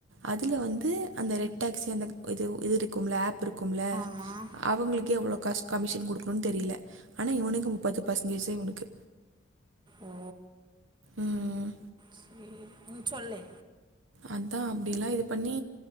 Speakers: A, on the right (about 70°); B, on the right (about 25°).
A: அதுல வந்து அந்த ரெட் டாக்சி அந்த இது இது இருக்கும்ல ஆப் புருக்கும்ல
B: ஆமாம்
A: அவுங்களுக்கு எவ்ளோ காஸ் கமிஷன் குடுக்கணும்னு தெரில ஆனா இவனுக்கு முப்பது பர்சன்டேஜே இவனுக்கு
B: ஓ
A: ம்
B: சேரி ம் சொல்லு
A: அதா அப்டிலா இது பண்ணி